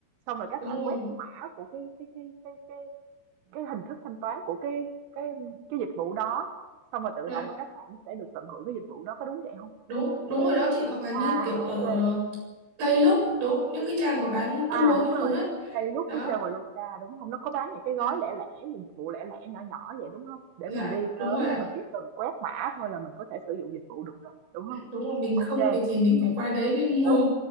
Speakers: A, on the right; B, on the right.
A: xong rồi các
B: đúng
A: bạn quét
B: rồi.
A: cái mã của cái cái cái cái cái, cái hình thức thanh toán của cái cái cái dịch vụ đó xong rồi tự
B: Dạ,
A: động là các bạn sẽ được tận hưởng cái dịch vụ đó có đúng vậy không?
B: đúng đúng rồi đó chị hoặc là như
A: À
B: kiểu ở
A: ok
B: Tây Lúc, đúng những cái trang mà bán
A: À,
B: tour
A: đúng
B: các
A: rồi,
B: thứ á.
A: cây rút
B: Đó.
A: với Traveloka, đúng không? Nó có bán những cái gói
B: Dạ,
A: lẻ lẻ, dụng cụ lẻ lẻ nhỏ nhỏ vậy, đúng không? Để
B: dạ
A: mình đi
B: đúng
A: tới
B: rồi ạ.
A: là mình chỉ cần quét mã thôi là mình có thể sử dụng dịch vụ được rồi, đúng không?
B: đúng rồi mình
A: Ok,
B: không
A: kê,
B: việc gì mình phải qua đấy mới
A: được
B: mua
A: đấy,